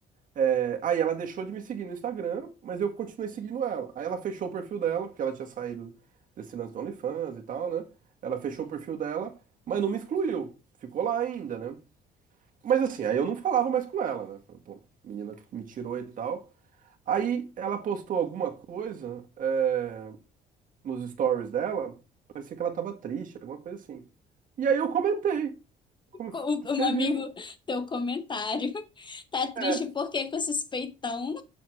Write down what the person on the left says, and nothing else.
Co-
Um amigo,
teu comentário. <laughs> Tá triste
porque com esses peitão.